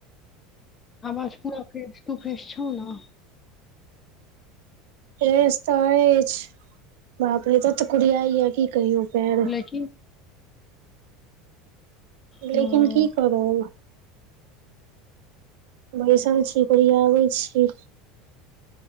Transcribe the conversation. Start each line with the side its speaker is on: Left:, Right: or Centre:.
Left: आवाज पूरा फ्रेश तू फ्रेश छौ ने
Right: एस तऽ अछि बापरे तत कुरियाइ या की कयौ पेर
Left: लेकिन
Right: लेकिन
Left: हूँ
Right: की करब बैसल छी कोरियाबय छी